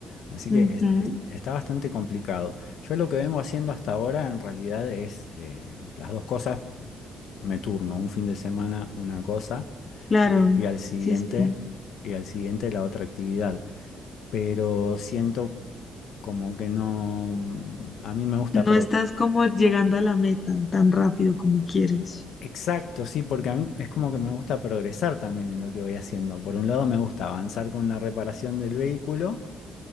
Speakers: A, on the left; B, on the left.
A: Así
B: Ujú,
A: que es- es- está bastante complicado. Yo lo que vengo haciendo hasta ahora en realidad es eh, las dos cosas, me turno, un fin de semana una cosa
B: Claro,
A: y, y al siguiente,
B: sí, sí.
A: y al siguiente la otra actividad. Pero siento como que no, mm, a mí me gusta
B: No estás como llegando a la meta tan rápido como quieres.
A: Exacto, sí, porque a mí es como que me gusta progresar también en lo que voy haciendo. Por un lado me gusta avanzar con la reparación del vehículo